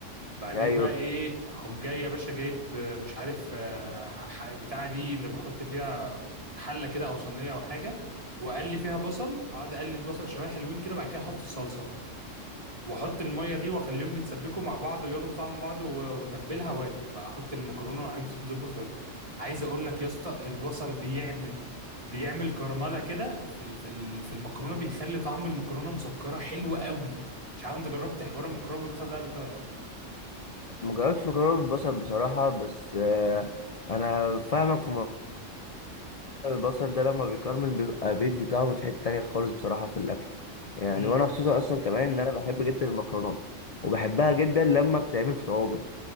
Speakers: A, on the right; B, on the left.
A: بعدين
B: ايوه
A: بقى ايه هم جاي يا باشا جايب آه، مش عارف آه، ح- ح- بتاع دي اللي بحط فيها حله كده او صينيه او حاجه وقلي فيها بصل اقعد اقلي البصل شويه حلوين كده بعد كده احط الصلصه واحط الميه دي واخليهم يتسبكوا مع بعض وياخدوا طعم بعض و- واتبلها واكل بقى احط المكرونه والحاجات دي تتظبط واكل عايز اقول لك يا اسطى البصل بيعمل بيعمل كرمله كده في ال- في ال- في المكرونه بيخلي طعم المكرونه مسكره حلو قوي مش عارف انت جربت حوار المكرونه بالبصل ده قبل كده ولا لا
B: ما جربتش مكرونه بالبصل بصراحه بس آه انا فاهمك في موضوع البصل ده لما بيكرمل بيبقى بيدي طعم في حته تانية خالص بصراحه في الاكل يعني
A: امم
B: وانا خصوصا اصلا كمان ان انا بحب جدا المكرونات وبحبها جدا لما بتتعمل في طواجن